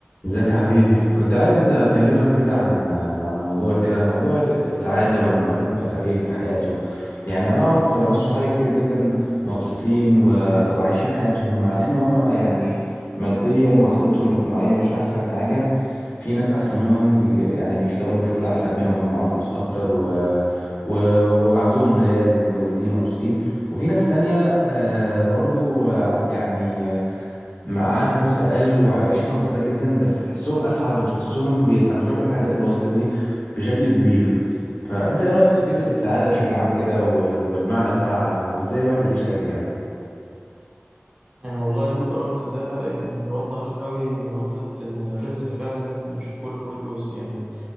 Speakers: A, on the left (about 55°); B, on the right (about 25°).
A: ازيك يا حبيبي كنت عايز اكلمك كده عن عن موضوع كده موضوع ف- السعاده وان الواحد يبقى سعيد في حياته يعني انا اعرف ناس صحابي كتير جدا مبسوطين و... وعايشين حياتهم مع ان هم يعني ماديا وحالتهم الاجتماعيه مش احسن حاجه في ناس احسن منهم بي... يعني بيشتغلوا في شغل احسن منهم ومعاهم فلوس اكتر و... و... وعندهم ولاد ومتجوزين ومبسوطين وفي ناس تانية آه، برضو آه، يعني معاها فلوس اقل وعيشتها بسيطه جدا بس تحسهم اسعد وتحسهم بيستمتعوا بالحاجات البسيطه دي بشكل كبير فانت ايه رايك في فكره السعاده بشكل عام كده و- والمعنى بتاعها وازاي الواحد يعيش سعيد يعني
B: يعني والله اللي انت قلته ده يعني بيوضح قوي ان نقطة ان الرزق فعلا مش كله فلوس يعني